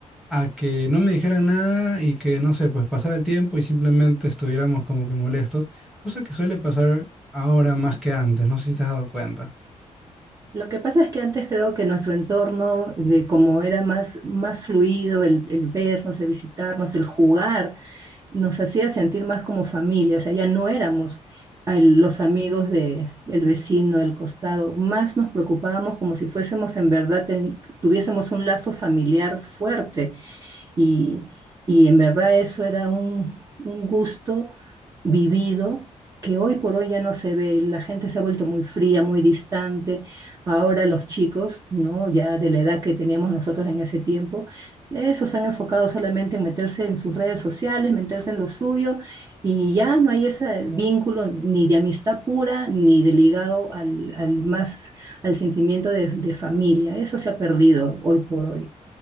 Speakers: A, in the centre; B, on the right.
A: A que no me dijeran nada y que, no sé, pues pasara el tiempo y simplemente estuviéramos como que molestos, cosa que suele pasar ahora más que antes, no sé si te has dado cuenta.
B: Lo que pasa es que antes creo que nuestro entorno, de como era más, más fluido, el, el vernos, el visitarnos, el jugar, nos hacía sentir más como familia, o sea, ya no éramos al- los amigos de, del vecino, del costado, más nos preocupábamos como si fuésemos en verdad, ten- tuviésemos un lazo familiar fuerte y, y en verdad eso era un, un gusto vivido que hoy por hoy ya no se ve, la gente se ha vuelto muy fría, muy distante. Ahora los chicos, ¿no? Ya de la edad que teníamos nosotros en ese tiempo, eso se han enfocado solamente en meterse en sus redes sociales, meterse en lo suyo, y ya no hay ese vínculo ni de amistad pura, ni de ligado al, al más, al sentimiento de, de familia. Eso se ha perdido hoy por hoy.